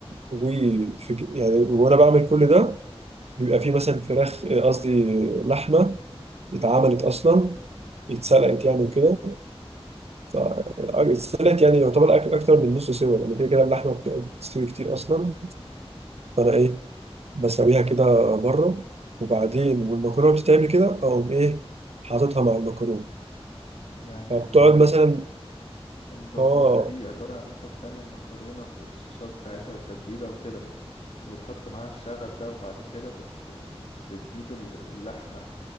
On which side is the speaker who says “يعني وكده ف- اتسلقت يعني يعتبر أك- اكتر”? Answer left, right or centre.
Right